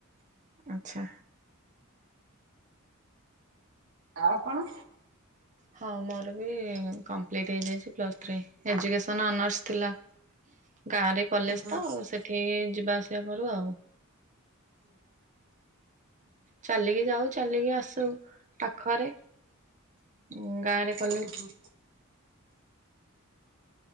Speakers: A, on the right (about 35°); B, on the right (about 60°).
A: ଆଚ୍ଛା
B: ଆ ଆପଣ
A: ହଁ ମୋର ବି କମ୍ପ୍ଲିଟ୍ ହେଇଯାଇଛି ପ୍ଲସ୍ ଥ୍ରୀ ଏଜୁକେସନ୍ ଅନର୍ସ ଥିଲା ଗାଁ ରେ କଲେଜ
B: ହଁ ହଁ
A: ତ ସେଠି ଯିବା ଆସିବା କରୁ ଆଉ
B: ହୁଁ ହୁଁ
A: ଚାଲିକି ଯାଉ ଚାଲିକି ଆସୁ ପାଖରେ ଉ ଗାଁରେ କଲେଜ
B: ହୁଁ ହୁଁ